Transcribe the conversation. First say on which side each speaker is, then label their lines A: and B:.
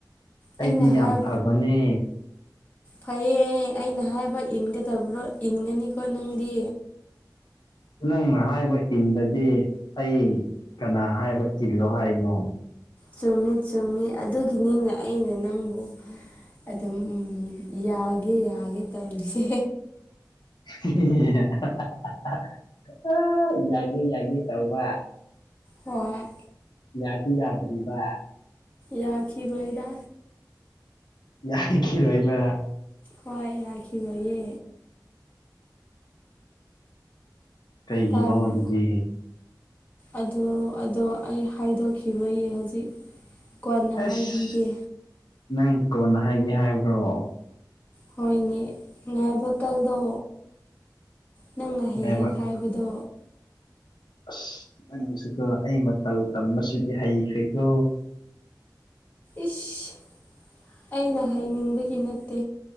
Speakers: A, on the left (about 80°); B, on the left (about 25°).
A: ꯑꯩꯗꯤ
B: ꯑꯩꯅ
A: ꯌꯥꯝ
B: ꯍꯥꯏ
A: ꯐꯕꯅꯦ
B: ꯐꯩꯌꯦ ꯑꯩꯅ ꯍꯥꯏꯕ ꯏꯟꯒꯗꯕ꯭ꯔꯣ ꯏꯟꯒꯅꯤꯀꯣ ꯅꯪꯗꯤ
A: ꯅꯪꯅ ꯍꯥꯏꯕ ꯏꯟꯗꯗꯤ ꯑꯩ ꯀꯅꯥ ꯍꯥꯏꯕ ꯏꯜꯂꯣ ꯍꯥꯏꯅꯣ
B: ꯆꯨꯝꯃꯤ ꯆꯨꯝꯃꯤ ꯑꯗꯨꯒꯤꯅꯤꯅ ꯑꯩꯅ ꯅꯪꯕꯨ ꯑꯗꯨꯝ ꯌꯥꯒꯦ ꯌꯥꯒꯦ ꯇꯧꯔꯤꯁꯦ
A: <unintelligible> ꯌꯥꯒꯦ ꯌꯥꯒꯦ ꯇꯧꯕ
B: ꯍꯣꯏ
A: ꯌꯥꯗꯤ ꯌꯥꯗ꯭ꯔꯤꯕꯔꯤꯕ
B: ꯌꯥꯈꯤꯔꯣꯏꯗ
A: ꯌꯥꯈꯤꯔꯣꯏꯕ
B: ꯍꯣꯏ ꯌꯥꯈꯤꯔꯣꯏꯌꯦ
A: ꯀꯩꯒꯤꯅꯣ
B: ꯇꯥꯕ꯭ꯔꯣ
A: ꯑꯗꯨꯗꯤ
B: ꯑꯗꯣ ꯑꯗꯣ ꯑꯩ ꯍꯥꯏꯗꯣꯛꯔꯣꯏꯌꯦ ꯍꯧꯖꯤꯛ ꯀꯣꯟꯅ
A: ꯑꯩꯁ
B: ꯍꯥꯏꯕꯤꯒꯦ
A: ꯅꯪ ꯀꯣꯟꯅ ꯍꯥꯏꯒꯦ ꯍꯥꯏꯕ꯭ꯔꯣ
B: ꯍꯣꯏꯅꯦ ꯉꯥꯏꯕ ꯀꯜꯂꯣ ꯅꯪꯅ ꯍꯦꯛ
A: ꯍꯥꯏꯕ
B: ꯍꯦꯛ ꯍꯥꯏꯕꯗꯣ
A: ꯑꯁ ꯅꯪꯁꯨꯀꯣ ꯑꯩ ꯃꯇꯧ ꯇꯝꯕꯁꯤꯗꯤ ꯍꯩꯈ꯭ꯔꯦꯀꯣ
B: ꯏꯁ ꯑꯩꯅ ꯍꯥꯏꯅꯤꯡꯕꯒꯤ ꯅꯠꯇꯦ